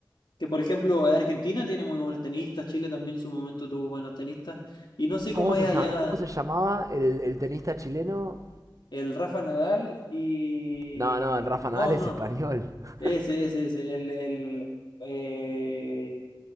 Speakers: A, on the left; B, on the right.
A: que por ejemplo Argentina tiene muy buenos tenistas, Chile también en su momento tuvo buenos tenistas, y no sé
B: ¿Cómo
A: cómo
B: se
A: es allá
B: llama- cómo se llamaba el, el tenista chileno?
A: el Rafa Nadal y...
B: No, no, el Rafa
A: No,
B: Nadal
A: no,
B: es español.
A: ese,
B: <laughs>
A: ese, ese, el... el eh,